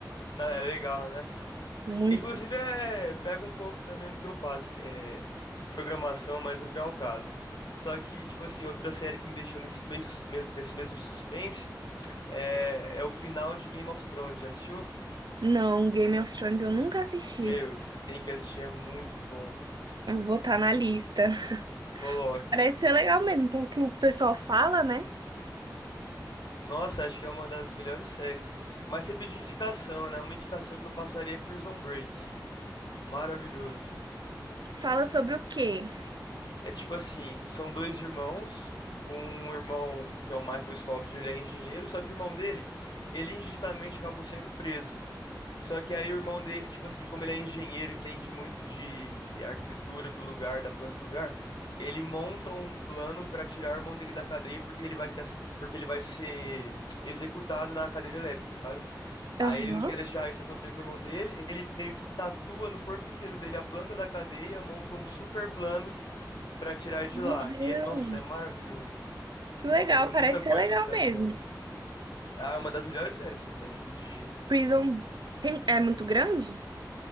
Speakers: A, on the left; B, on the right.
A: não, é legal, né?
B: Muito.
A: Inclusive, é, pega um pouco também do que eu faço, que é programação, mas não vem ao caso. Só que, tipo assim, outra série que me deixou nesse mesmo, mes- nesse mesmo suspense é, é o final de Game of Thrones. Já assistiu?
B: Não, Game of Thrones eu nunca assisti.
A: Meu, você tem que assistir, é muito bom.
B: Eu vou botar na lista. <laughs>
A: Coloca.
B: Parece ser legal mesmo, pelo que o pessoal fala, né?
A: Nossa, acho que é uma das melhores séries. Mas você pediu indicação, né? Uma indicação que eu passaria é Prison Break. Maravilhoso.
B: Fala sobre o quê?
A: É tipo assim, são dois irmãos, um irmão que é o Michael Scofield, ele é engenheiro, só que o irmão dele, ele injustamente acabou sendo preso. Só que aí o irmão dele, tipo assim, como ele é engenheiro, entende muito de arquitetura do lugar, da planta do lugar, ele monta um plano para tirar o irmão dele da cadeia porque ele vai ser, ass- porque ele vai ser executado na cadeira elétrica, sabe? Aí
B: Aham.
A: ele não quer deixar isso acontecer com o irmão dele, ele meio que tatua no corpo inteiro dele a planta da cadeia, monta um super plano pra tirar de
B: Meu
A: lá.
B: Deus.
A: E, é, nossa, é maravilhoso.
B: Que legal,
A: Só que é muita
B: parece
A: coisa
B: ser legal
A: no meio da
B: mesmo.
A: série. Ah, é uma das melhores séries também, de...
B: Prison tem... é muito grande?